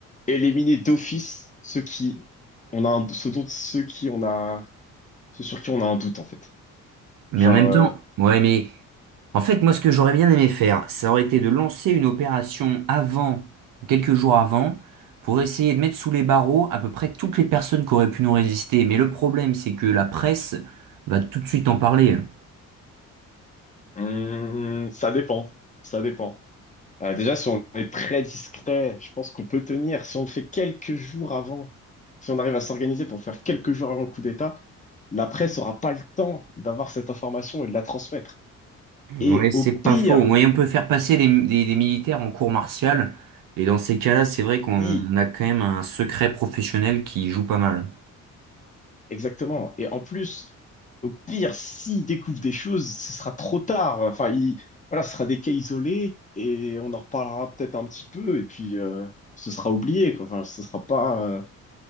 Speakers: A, on the left (about 20°); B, on the right (about 50°).
A: éliminer d'office ceux qui, on a un, ceux dont, ceux qui on a, ceux sur qui on a un doute, en fait.
B: Mais
A: Genre,
B: en même
A: euh,
B: temps, ouais, mais en fait, moi, ce que j'aurais bien aimé faire, ça aurait été de lancer une opération avant, quelques jours avant, pour essayer de mettre sous les barreaux à peu près toutes les personnes qui auraient pu nous résister. Mais le problème, c'est que la presse va tout de suite en parler. hein.
A: hmm, ça dépend. Ça dépend. Euh, déjà, si on est très discret, je pense qu'on peut tenir. Si on le fait quelques jours avant, si on arrive à s'organiser pour faire quelques jours avant le coup d'État, la presse n'aura pas le temps d'avoir cette information et de la transmettre. Et
B: Ouais, c'est
A: au pire,
B: pas faux. Ouais, on peut faire passer des, des- des militaires en cours martial. Et dans ces cas-là, c'est vrai qu'on
A: oui,
B: a quand même un secret professionnel qui joue pas mal.
A: exactement. Et en plus, au pire, s'il découvre des choses, ce sera trop tard. Enfin, il, voilà, ce sera des cas isolés et on en reparlera peut-être un petit peu et puis euh, ce sera oublié, quoi. Enfin, ce sera pas, euh,